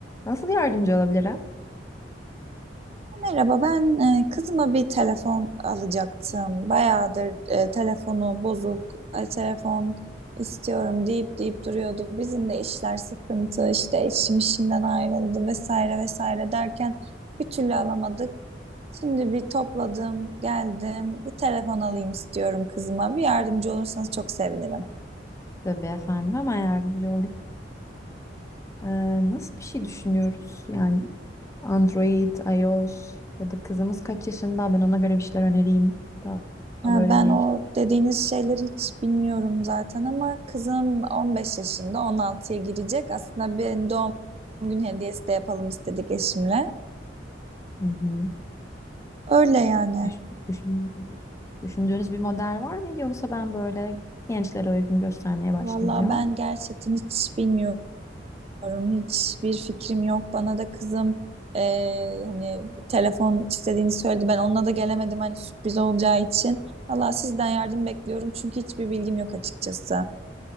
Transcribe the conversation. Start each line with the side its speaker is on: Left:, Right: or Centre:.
Left: Nasıl yardımcı olabilirim?
Right: Merhaba, ben e, kızıma bir telefon alacaktım. Bayağıdır e, telefonu bozuk, e, telefon istiyorum deyip deyip duruyordu. Bizim de işler sıkıntı, işte eşim işinden ayrıldı vesaire vesaire derken bir türlü alamadık. Şimdi bir topladım, geldim, bir telefon alayım istiyorum kızıma. Bir yardımcı olursanız çok sevinirim.
Left: Tabii efendim hemen yardımcı olayım. Ee, nasıl bir şey düşünüyoruz? Yani Android, iOS ya da kızımız kaç yaşında? Ben ona göre bir şeyler önereyim. Daha, daha
Right: Ha,
Left: böyle
Right: ben
Left: genç.
Right: o dediğiniz şeyleri hiç bilmiyorum zaten ama kızım 15 yaşında 16'ya girecek. Aslında bir doğum gün hediyesi de yapalım istedik eşimle.
Left: Hı hı.
Right: Öyle yani.
Left: Düş- düşündüğünüz, düşündüğünüz bir model var mıydı yoksa ben böyle gençlere uygun göstermeye başlayacağım?
Right: Vallahi ben gerçekten hiç bilmiyorum. Bilmiyorum, Hiçbir fikrim yok. Bana da kızım eee, hani telefon istediğini söyledi. Ben onunla da gelemedim hani sürpriz olacağı için. Valla sizden yardım bekliyorum çünkü hiçbir bilgim yok açıkçası.